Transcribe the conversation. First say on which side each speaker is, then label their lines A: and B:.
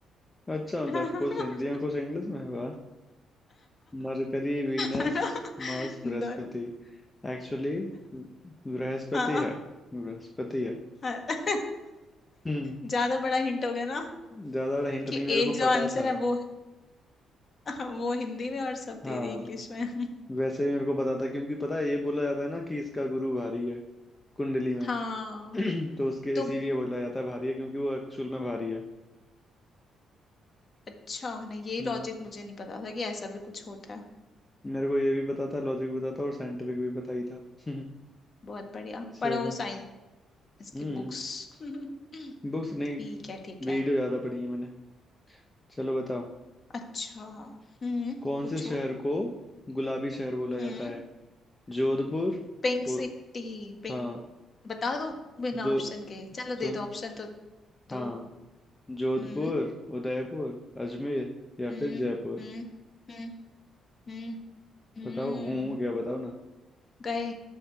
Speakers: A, on the left; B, on the left.
A: अच्छा
B: <laughs>
A: मतलब
B: है
A: कुछ हिंदी में कुछ इंग्लिश में होगा मरकरी वीनस
B: ना
A: मार्स
B: दोनों
A: बृहस्पति एक्चुअली बृहस्पति
B: हाँ
A: है बृहस्पति है
B: हाँ।
A: हम्म
B: ज्यादा बड़ा हिंट हो गया ना
A: ज्यादा हिंट
B: कि
A: नहीं मेरे
B: एक
A: को
B: जो
A: पता
B: आंसर
A: था
B: है वो वो हिंदी में और सब दे
A: हाँ
B: दिए इंग्लिश में
A: वैसे ही मेरे को पता था क्योंकि पता है ये बोला जाता है ना कि इसका गुरु भारी है कुंडली में
B: हाँ
A: <clears throat> तो उसके
B: तो
A: इसीलिए बोला जाता है भारी है क्योंकि वो एक्चुअल में भारी है
B: अच्छा नहीं ये
A: हम्म
B: लॉजिक मुझे नहीं पता था कि ऐसा भी कुछ होता है
A: मेरे को ये भी पता था लॉजिक भी पता था और साइंटिफिक भी पता ही था <laughs>
B: बहुत बढ़िया
A: चलो
B: पढ़ो साइंस
A: हम्म
B: की बुक्स <laughs>
A: बुक्स नहीं
B: ठीक है ठीक
A: वीडियो
B: है
A: ज्यादा पढ़ी है मैंने चलो बताओ
B: अच्छा हम्म
A: कौन
B: पूछो
A: से शहर को गुलाबी शहर बोला
B: हम्म
A: जाता है जोधपुर
B: Pink
A: उ,
B: city पिंक
A: हाँ
B: बता दो बिना
A: जो,
B: ऑप्शन के चलो
A: जो
B: दे दो ऑप्शन तो दो
A: हाँ जोधपुर
B: हम्म
A: उदयपुर अजमेर या
B: हम्म
A: फिर जयपुर
B: हम्म हम्म हम्म हम्म,
A: बताओ हूँ क्या बताओ ना
B: गए